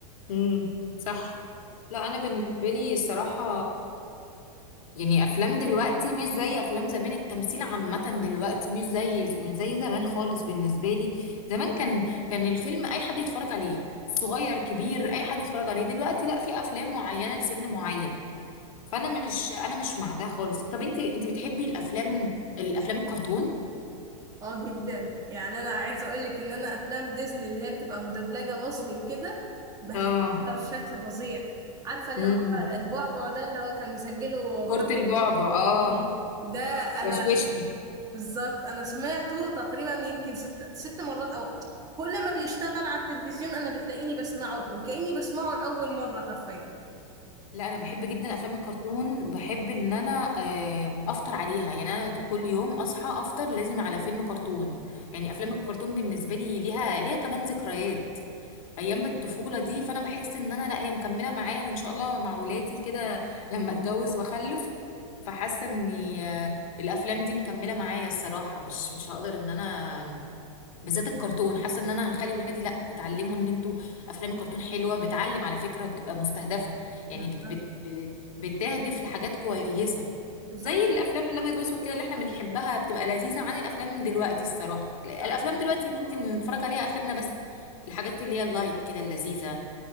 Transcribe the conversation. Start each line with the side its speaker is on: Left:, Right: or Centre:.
Left: امم صح لا انا بالنسبه لي الصراحه يعني افلام دلوقتي مش زي افلام زمان التمثيل عامه دلوقتي مش زي مش زي زمان خالص بالنسبه لي زمان كان كان الفيلم اي حد يتفرج عليه صغير كبير اي حد يتفرج عليه دلوقتي لا في افلام معينه لسن معين فانا مش انا مش مع ده خالص طب انت انت بتحبي الافلام الافلام الكرتون
Right: اه جدا يعني انا عايزه اقول لك ان انا افلام ديزني اللي هي بتبقى مدبلجه مصري وكده بحبها
Left: اه
Right: بشكل فظيع عارفه اللي
Left: امم
Right: هو البعبع ده اللي هو كان مسجله
Left: كرة
Right: محمد
Left: البعبع اه
Right: إسماعيل. ده
Left: وشوشني
Right: انا بالظبط انا سمعته تقريبا يمكن ست ست مرات او كل ما بيشتغل على التلفزيون انا بتلاقيني بسمعه وكاني بسمعه لاول مره حرفيا
Left: لا انا بحب جدا افلام الكرتون بحب ان انا آه، افطر عليها يعني انا كل يوم اصحى افطر لازم على فيلم كرتون يعني افلام الكرتون بالنسبه لي ليها ليها كمان ذكريات ايام بالطفوله دي فانا بحس ان انا لا هي مكمله معايا وان شاء الله مع ولادي كده لما اتجوز واخلف فحاسه ان الافلام دي مكمله معايا الصراحه مش مش هقدر ان انا آمم، بالذات الكرتون حاسه ان انا هخلي ولادي لا اتعلموا ان انتوا افلام الكرتون حلوه بتعلم على فكره وبتبقى مستهدفه يعني
Right: بالظبط
Left: بت بت بتهدف لحاجات كويسه
Right: بالظبط.
Left: زي الافلام الابيض واسود كده اللي احنا بنحبها بتبقى لذيذه عن الافلام دلوقتي الصراحه الافلام
Right: صح
Left: دلوقتي ممكن نتفرج عليها اخرنا بس الحاجات اللي هي اللايت كده اللذيذه